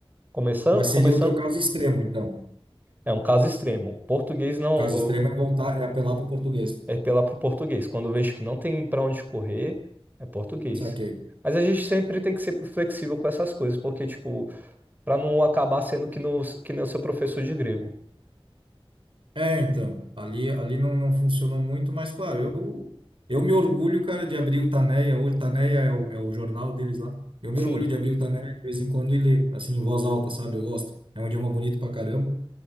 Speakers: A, on the right (about 20°); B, on the right (about 65°).
A: Começando,
B: mas
A: começando,
B: seria o teu caso extremo, então.
A: é um caso extremo. Português não,
B: O caso
A: eu-
B: extremo é voltar, é apelar para o português.
A: é pela pro português. Quando eu vejo que não tem para onde correr, é português.
B: Saquei.
A: Mas a gente sempre tem que ser flexível com essas coisas, porque, tipo, para não acabar sendo que, no, que nem o seu professor de grego.
B: É, então, ali, ali não, não funcionou muito, mas claro, eu, eu me orgulho, cara, de abrir o Taneia, hoje Taneia é o, é o jornal deles lá. Eu me
A: Sim,
B: orgulho de abrir o Taneia de vez em quando e ler, assim, em voz alta, sabe? Eu gosto. É um idioma bonito pra caramba.